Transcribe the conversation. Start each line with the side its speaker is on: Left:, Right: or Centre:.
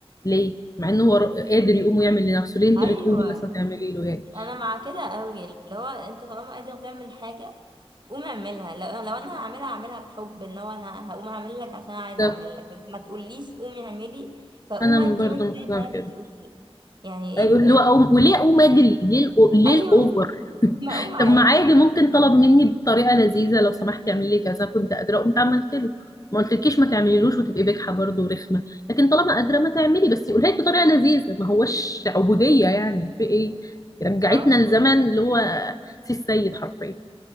Left: ليه مع انه هو قادر يقوم ويعمل لنفسه ليه انت
Right: ايوه
Left: اللي تقومي بس ما تعملي له يعني
Right: انا مع كده قوي اللي هو انت طالما قادر تعمل حاجه قوم اعملها لو لو انا هعملها هعملها بحب ان هو انا هقوم اعمل لك عشان أنا عايزه
Left: طب
Right: اعمل لك ما تقوليش قومي اعملي فاقوم
Left: انا
Right: اجري
Left: برضه
Right: زي
Left: مقتنعه
Right: ما هي
Left: كده
Right: بتقول يعني
Left: أيوة،
Right: ايه بجد
Left: اللي هو أقوم- وليه اقوم اجري ليه الأو-
Right: <laughs>
Left: ليه
Right: ايوه
Left: الاوفر <laughs>
Right: ما اقوم عادي
Left: طب ما عادي ممكن طلب مني بطريقه لذيذه لو سمحت تعمل لي كذا كنت قادره قمت عملت له ما قلتلكيش ما تعمليلوش وتبقي بجحه برضه ورخمه لكن طالما قادره ما تعملي بس قولها لي بطريقه لذيذه ما هوش عبوديه يعني في ايه رجعتنا
Right: اه بجد
Left: لزمن اللي هو سي السيد حرفيا